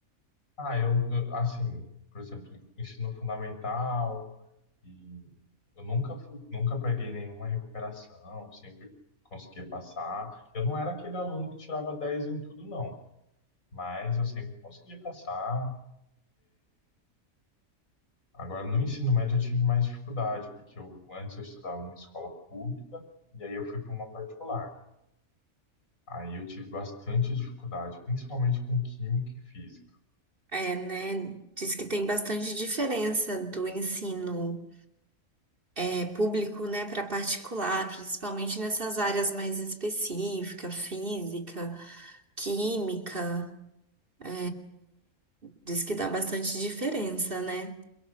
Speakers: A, on the left; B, on the right.
A: Ah, eu, eu, assim, por exemplo, ensino fundamental e eu nunca fui, nunca peguei nenhuma recuperação, sempre conseguia passar. Eu não era aquele aluno que tirava 10 em tudo, não, mas eu sempre conseguia passar, Agora, no ensino médio, eu tive mais dificuldade, porque eu, antes eu estudava numa escola pública e aí eu fui para uma particular. Aí eu tive bastante dificuldade, principalmente com química e física.
B: É, né? Diz que tem bastante diferença do ensino é, público, né, para particular, principalmente nessas áreas mais específicas, física, química. é, diz que dá bastante diferença, né?